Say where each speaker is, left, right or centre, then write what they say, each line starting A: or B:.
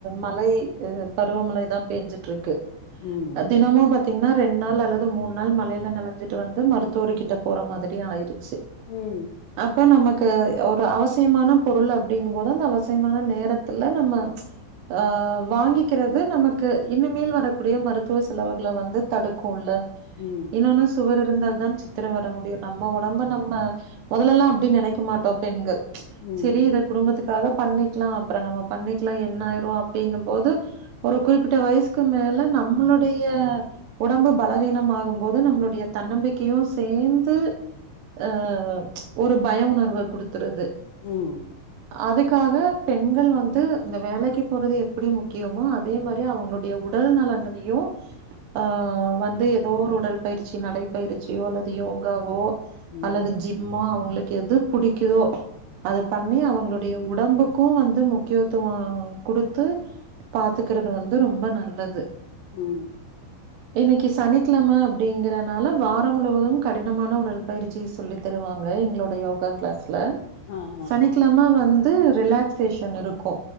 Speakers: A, on the right; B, on the left.
A: மழை இது பருவ மழைதா பேஞ்சுட் இருக்கு
B: ம்
A: தினமு பாத்தீங்னா ரெண்ட் நாள் அல்லது மூணு நாள் மழைல நிலஞ்சிட்டு வந்து மருத்துவர் கிட்ட போற மாதிரி ஆயிரு ச்சு
B: ம்
A: அப்ப நமக் கு ஒரு அவசியமான பொருள் அப்டிங்க போது அந்த அவசியமான நேரத்துல நம்ம அ வாங்கிக்கிறது நமக்கு இனிமேல் வரக்கூடிய மருத்துவ செலவுகள வந்து தடுக்குல
B: ம்
A: இன்னொன்னு சுவர் இருந்தால் தான் சித்திர வர முடியு நம்ம உடம்ப நம்ம முதலெல்லா அப்டி நெனைக்க மாட்டோ பெண்கள்
B: ம்
A: செரி இத குடும்பத்துக்காக பண்ணி க்கலா அப்பறோ நம்ம பண்ணிக்லா என்னாயிருவோ அப்டிங்க போது ஒரு குறிப்பிட்ட வயசுக்கு மேல நம்ளுடைய உடம்பு பலவீனம் ஆகும் போது நம்மளுடைய தன்னம்பிக்கையு சேந்து அ ஒரு பய உணர்வ குடுத்துருது
B: ம்
A: அதுக்காக பெண்கள் வந்து இந்த வேலைக்கு போறது எப்டி முக்கியமோ அதே மாரி அவுங்ளோ ட உடல் நலனதையு ஆ வந்து ஏதோ ஒரு உடல் பயிற்சி நடைப்பயிற்சியோ அல்லது யோகாவோ
B: ம்
A: அல்லது ஜிம் ஓ அவுங்களுக்கு எது புடிக்குதோ அது பண்ணி அவுங்களுடைய உடம்புக்கு வந்து முக்கியத்துவோ குடுத்து பாத்துக்கறது வந்து ரொம்ப நல்லது
B: ம்
A: இன்னிக்கி சனிக்கிழம அப்டிங்கறனால வார முழுவதும் கடினமான உடல் பயிற் ச்சி சொல்லி தருவாங்க எங்களோட யோகா க்ளாஸ்ல
B: ஆ ஆ
A: அது இல்லாம வந்து ரிலாக்சேஷன் இருக்கு